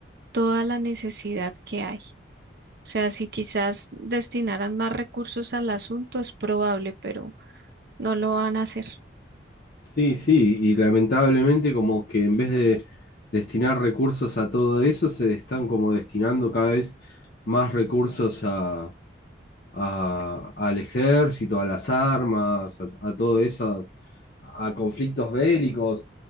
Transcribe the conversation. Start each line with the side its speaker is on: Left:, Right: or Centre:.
Right: toda la necesidad que hay. O sea, si quizás destinaran más recursos al asunto es probable, pero no lo van a hacer
Left: Sí, sí, y lamentablemente como que en vez de destinar recursos a todo eso, se están como destinando cada vez más recursos a, a- al ejército, a las armas, a, a todo eso, a conflictos bélicos,